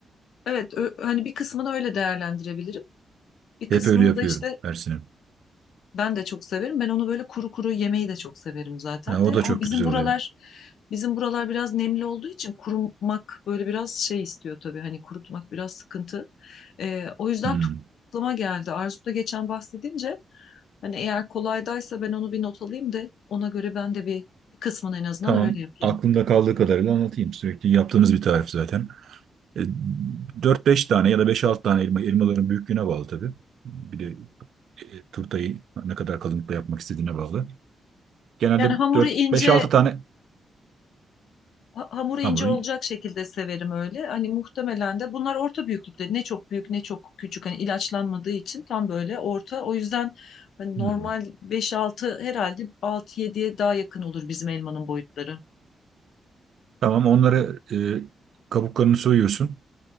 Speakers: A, on the left; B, on the right.
A: Evet, ö- hani bir kısmını öyle değerlendirebilirim. Bir
B: Hep
A: kısmını
B: öyle yapıyorum
A: da işte
B: her sene.
A: ben de çok severim. Ben onu böyle kuru kuru yemeyi de çok severim zaten
B: Ha, o
A: de.
B: da
A: Ama
B: çok
A: bizim
B: güzel
A: buralar
B: oluyor.
A: bizim buralar biraz nemli olduğu için kurumak böyle biraz şey istiyor tabii. Hani kurutmak biraz sıkıntı. Ee, o yüzden
B: Hmm.
A: tu- aklıma geldi. Arzu da geçen bahsedince hani eğer kolaydaysa ben onu bir not alayım da ona göre ben de bir, bir kısmını en azından
B: Tamam.
A: öyle yapayım.
B: Aklımda kaldığı kadarıyla anlatayım. Sürekli yaptığımız bir tarif zaten. E, 4-5 tane ya da beş 6 tane elma. Elmaların büyüklüğüne bağlı tabii. Bir de e, turtayı ne kadar kalınlıkta yapmak istediğine bağlı. Genelde
A: Yani hamuru
B: dört
A: ince
B: beş 6 tane
A: Ha- Hamuru ince
B: hamuru
A: olacak şekilde severim öyle. Hani muhtemelen de bunlar orta büyüklükte. Ne çok büyük ne çok küçük. Hani ilaçlanmadığı için tam böyle orta. O yüzden hani
B: Hmm.
A: normal beş-altı herhalde altı-yediye daha yakın olur bizim elmanın boyutları.
B: Tamam onları e, kabuklarını soyuyorsun.